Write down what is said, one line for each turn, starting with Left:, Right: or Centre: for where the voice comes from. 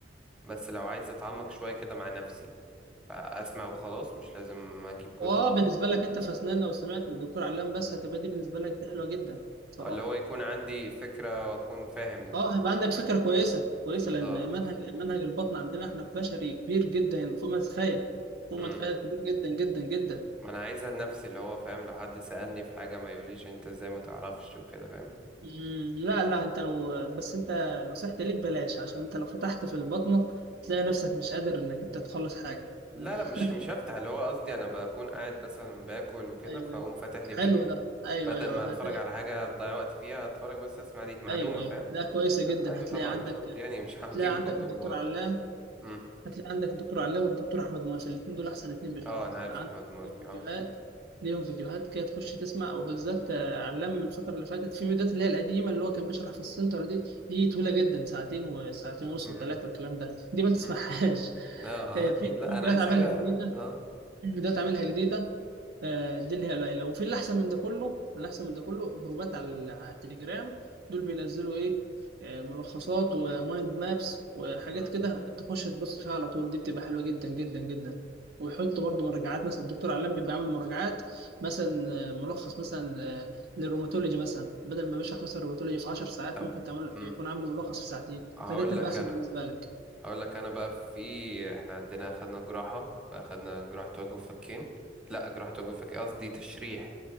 Centre: بس لو عايز أتعمق شوية كده مع نفسي فأسمع وخلاص مش لازم أجيب كتب
Right: واه
Centre: وأقرا
Right: بالنسبة لك انت في اسنان لو سمعت الدكتور علام بس هتبقى دي بالنسبة لك دي حلوة جدا صراحة
Centre: اللي هو يكون عندي فكرة وأكون فاهم الدنيا
Right: اه هيبقى عندك
Centre: دي
Right: فكرة كويسة كويسة
Centre: بالظبط
Right: لان منهج منهج البطن عندنا احنا في بشري كبير جدا يعني فوق ما تتخيل فوق
Centre: مم.
Right: ما تتخيل كبير جدا جدا جدا
Centre: ما أنا عايزها لنفسي اللي هو فاهم لو حد سألني في حاجة ما يقوليش أنت إزاي ما تعرفش وكده فاهم
Right: مم، لا لا انت لو بس انت نصيحتي ليك بلاش عشان انت لو فتحت في البطنة هتلاقي نفسك مش قادر انك انت تخلص حاجة
Centre: لا
Right: <laughs>
Centre: لا مش مش هفتح اللي هو قصدي أنا بكون قاعد مثلا باكل وكده
Right: ايوه
Centre: فأقوم
Right: ايوه
Centre: فاتح لي
Right: حلو
Centre: فيديو
Right: ده ايوه
Centre: بدل
Right: ايوه
Centre: ما اتفرج
Right: هتلاقي
Centre: على حاجة اضيع وقت فيها اتفرج بس اسمع دي معلومة
Right: ايوه ايوه
Centre: فاهم
Right: لا كويسة جدا
Centre: آه، ايوه
Right: هتلاقي
Centre: طبعا
Right: عندك
Centre: مش قصدي يعني مش <laughs> هجيب
Right: تلاقي عندك
Centre: كتب
Right: الدكتور
Centre: و...
Right: علام
Centre: مم.
Right: هتلاقي عندك الدكتور علام والدكتور احمد مواسي الاثنين دول احسن اثنين بيشرحوا
Centre: اه انا عارف
Right: عندك
Centre: احمد موفي
Right: ليهم فيديوهات
Centre: اه
Right: ليهم فيديوهات كده تخش تسمع او بالذات آه، علام الفتره اللي فاتت في فيديوهات اللي هي القديمه اللي هو كان بيشرح في السنتر دي دي طويله جدا ساعتين وساعتين ونص
Centre: مم.
Right: وثلاثه والكلام ده دي ما تسمعهاش
Centre: مم.
Right: <laughs>
Centre: اه آه،
Right: آه،
Centre: اكيد
Right: في في
Centre: لا
Right: فيديوهات
Centre: انا عايز
Right: عاملها
Centre: حاجة
Right: جديده
Centre: اه
Right: في فيديوهات عاملها جديده آه، دي اللي هي قليله وفي اللي احسن من ده كله اللي احسن من ده كله جروبات على ال- على التليجرام دول بينزلوا ايه آه، ملخصات ومايند مابس وحاجات
Centre: مم.
Right: كده تخش تبص فيها على طول دي بتبقى حلوه جدا جدا جدا ويحط برضه مراجعات مثلا الدكتور علام بيبقى عامل مراجعات مثلا آه، ملخص مثلا آه، للروماتولوجي مثلا بدل ما بيشرح مثلا الروماتولوجي في 10 ساعات
Centre: طب
Right: ممكن تعمل
Centre: مم.
Right: يكون عامله ملخص في ساعتين
Centre: هقول
Right: فده تبقى
Centre: لك
Right: احسن
Centre: انا
Right: بالنسبه لك
Centre: هقول لك انا بقى في احنا عندنا خدنا جراحة اخدنا جراحة وجه وفكين لا جراحة وجه وفكين قصدي تشريح